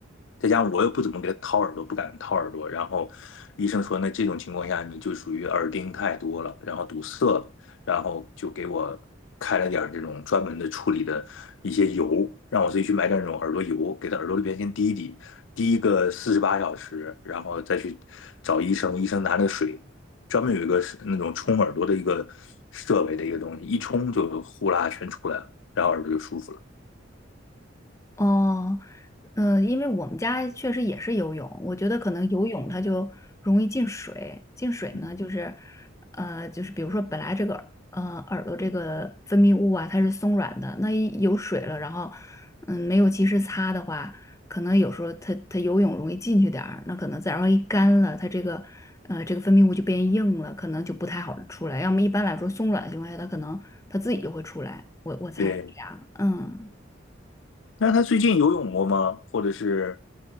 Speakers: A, on the left; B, on the left.
A: 再加上我又不怎么给他掏耳朵，不敢掏耳朵，然后医生说，那这种情况下你就属于耳钉太多了，然后堵塞了，然后就给我开了点儿这种专门的处理的一些油，让我自己去买点儿那种耳朵油，给他耳朵里边先滴一滴，滴一个四十八小时，然后再去找医生，医生拿那个水。专门有一个那种冲耳朵的一个设备的一个东西，一冲就呼啦全出来了。然后耳朵就舒服了。
B: 哦。嗯，呃因为我们家确实也是游泳，我觉得可能游泳它就容易进水，进水呢就是，
A: 嗯，
B: 呃，就是比如说本来这个呃耳朵这个分泌物啊它是松软的，那一有水了，然后嗯没有及时擦的话，可能有时候它它游泳容易进去点儿，那可能再然后一干了，它这个呃这个分泌物就变硬了，可能就不太好出来。要么一般来说松软的情况下，它可能它自己就会出来，我我猜是这样，
A: 对，
B: 嗯。
A: 那他最近游泳过吗？或者是，